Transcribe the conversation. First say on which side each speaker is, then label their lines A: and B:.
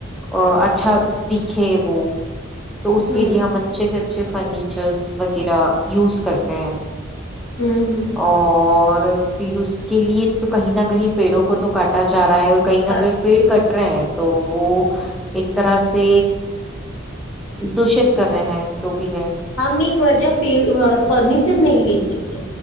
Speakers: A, in the centre; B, on the left.
A: ا اچھا دکھے وہ تو اس
B: ہوں
A: کے لیے ہم اچھے سے اچھے فرنیچرس وغیرہ یوز کرتے ہیں
B: ہوں ہوں
A: اور پھر اس کے لیے تو کہیں نہ کہیں پیڑوں کو تو کاٹا جا رہا ہے اور کہیں نہ
B: ہوں
A: کہیں پیڑ کٹ تو وہ ایک طرح سے دشت کر رہے ہیں جو بھی ہے
B: ہم ایک وجہ پ فرنیچر نہیں لے سکتے